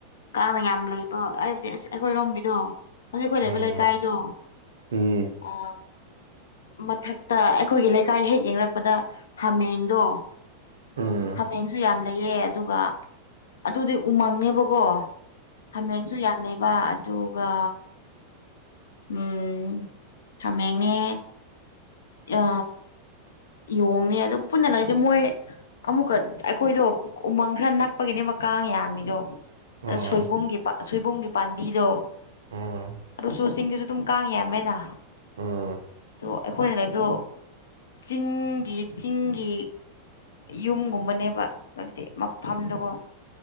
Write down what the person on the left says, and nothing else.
ꯀꯥꯡꯅ ꯌꯥꯝ ꯂꯩꯕ ꯑꯩꯕꯨꯗꯤ ꯑꯁ ꯑꯩꯈꯣꯏꯔꯣꯝꯒꯤꯗꯣ ꯍꯧꯖꯤꯛꯈꯣꯏ ꯂꯩꯕ
ꯂꯩꯀꯥꯏꯗꯣ
ꯑ ꯃꯊꯛꯇ ꯑꯩꯈꯣꯏꯒꯤ ꯂꯩꯀꯥꯏ ꯍꯦꯛ ꯌꯦꯡꯂꯡꯔꯛꯄꯗ ꯍꯥꯃꯦꯡꯗꯣ
ꯍꯥꯃꯦꯡꯁꯨ ꯌꯥꯝ ꯂꯩꯌꯦ ꯑꯗꯨꯒ ꯑꯗꯨꯗꯤ ꯎꯃꯪꯅꯦꯕꯀꯣ ꯍꯥꯃꯦꯡꯁꯨ ꯌꯥꯝ ꯂꯩꯕ ꯑꯗꯨꯒ ꯎꯝ ꯈꯃꯦꯡꯅꯦ ꯑ ꯌꯦꯣꯡꯅꯤ ꯑꯗꯨ ꯄꯨꯟꯅ ꯂꯩꯗꯤ ꯃꯣꯏ ꯑꯃꯨꯛꯀ ꯑꯩꯈꯣꯏꯗꯣ ꯎꯃꯪ ꯈꯔ ꯅꯛꯄꯒꯤꯅꯦꯕ ꯀꯥꯡ ꯌꯥꯝꯃꯤꯗꯣ
ꯁꯣꯏꯕꯨꯝꯒꯤ ꯁꯣꯏꯕꯨꯝꯒꯤ ꯄꯥꯝꯕꯤꯗꯣ
ꯑꯗꯨꯨꯁꯨ ꯆꯤꯡꯗꯁꯨ ꯑꯗꯨꯝ ꯀꯥꯡꯥꯡꯉꯦ ꯌꯥꯝꯃꯦꯅ
ꯑꯗꯣ ꯑꯩꯈꯣꯏꯅ ꯂꯩꯗꯣ ꯆꯤꯡꯒꯤ ꯆꯤꯡꯒꯤ ꯌꯨꯝꯒꯨꯝꯕꯅꯦꯕ ꯍꯥꯏꯕꯗꯤ ꯃꯐꯝꯗꯨꯀꯣ